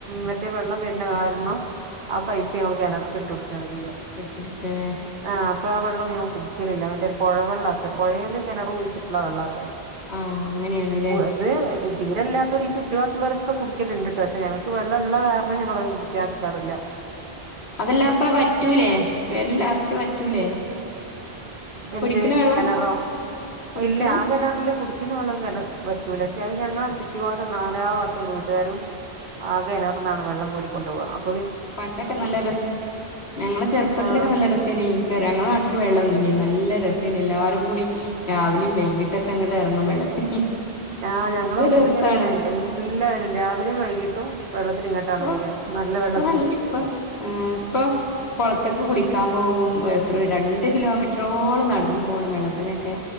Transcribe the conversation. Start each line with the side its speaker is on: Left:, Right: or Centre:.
Right: മറ്റേ വെള്ളം വരുന്ന കാരണം ആ പൈപ്പ് ങ്ങള് കണറർക്ക് ഇട്ട് കൊടുക്കുകാണ് ചെയ്യ
Left: ഇട്ടുടുക്കെ
Right: ആഹ് അപ്പൊ ആ വെള്ളം ഞ കുടിക്കലില്ല മറ്റേ പുഴവെള്ളാത്ര പുഴയിൽ കിണർ ഒഴിച്ചിട്ടുള്ള ആ വെള്ളം അത്ര
Left: ആഹ് അങ്ങനെയാണ്ല്ലേ
Right: അത് തീരെല്ലാത്തവര് ഈ ചുറ്റു ഭാഗത്തുള്ളവരൊക്കെ കുടിക്കലിണ്ട്ട്ട പക്ഷെ ഞങ്ങൾക്ക് വെള്ള ഉള്ള കാരണം ഞങ്ങളത് കുടിക്കാൻ എടുാറില്ല
Left: അതെല്ലാപ്പ പറ്റൂലേ വേനൽലാസ്റ്റ് വറ്റൂലേ
Right: എന്ത്
Left: കുടിക്കണ വെള്ളം
Right: കിണറോ
Left: കുടിക്കണ
Right: ഇല്ല ആ കിണറില് കുടിക്ക കിണറ്റ് ത്തെ വെള്ളം പറ്റൂല പക്ഷെ അ ഞങ്ങള ചുറ്റു ഭാഗം നാലാ ഭാത്തം വീട്ടുകാരും ആ കിണർന്നാണ് വെള്ളം കോരി കൊണ്ടോ വ
Left: പണ്ടൊക്കെ നല്ല രം ഞങ്ങളെ ചെറുപ്പത്തിലൊക്കെ
Right: ആഹ്
Left: നല്ല രസം ര ചെറിയ ഞങ്ങളെ നാട്ടില് വെള്ളമൊന്നും ഇല്ലേ നല്ല രസേന് എല്ലാരും കൂടി രാവിലെയും വൈകിട്ടൊക്കെ ഇങ്ങോട്ട് ഇറങ്ങും വെള്ളത്തിന്
Right: ആഹ് ഞങ്ങള
Left: നല്ല
Right: വീട്ട്
Left: രസാണ്
Right: ഇങ്ങീനെയാണ് എല്ലാരും രാവിലെയും വൈകിട്ടും വെള്ളത്തിന് ഇങ്ങട്ടാണ്
Left: ഇപ്പൊ
Right: വരിക
Left: ഇപ്പൊ
Right: വെള്ളത്തിന്
Left: നല്ല ഇപ്പൊ ഇപ്പൊ കുളത്തക്ക കുളിക്ക കിക്കാൻ പോകും എത്ര രണ്ട് കിലോമീറ്ററോളം നടന്നു പോണം വെള്ളത്തിനൊക്കെ